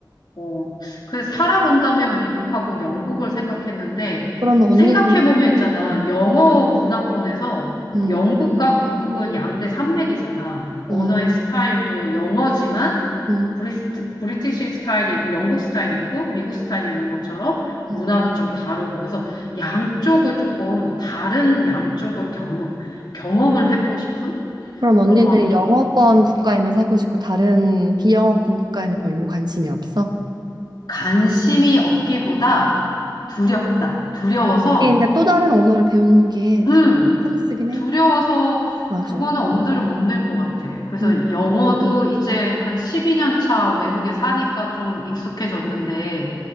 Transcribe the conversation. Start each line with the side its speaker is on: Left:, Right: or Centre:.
Left: 어, 그래서 살아본다면 미국하고 영국을 생각했는데,
Right: 그러면 언니는
Left: 생각해보면 있잖아.
Right: 또,
Left: 영어 문화권에서
Right: 음,
Left: 영국과 미국은 양대 산맥이잖아. 언어의
Right: 음,
Left: 스타일도 영어지만
Right: 음,
Left: 브리티, 브리티시 스타일이 있고, 영국 스타일이 있고, 미국 스타일이 있는 것처럼 문화도
Right: 음.
Left: 좀 다르고. 그래서 양쪽을 조금, 다른 양쪽을 경험, 경험을 해보고 싶은
Right: 그럼
Left: 그런
Right: 언니는
Left: 마음이 좀,
Right: 영어권 국가에만 살고 싶고 다른 비영어권 국가에는 별로 관심이 없어?
Left: 관심이 없기보다 두렵다. 두려워서
Right: 하긴 근데 또 다른 언어를 배우는 게
Left: 음,
Right: 진짜 스트레스긴 해.
Left: 두려워서
Right: 맞아.
Left: 그거는 엄두를 못 낼 것 같아. 그래서
Right: 음,
Left: 영어도 이제 한 12년 차 외국에 사니까 좀 익숙해졌는데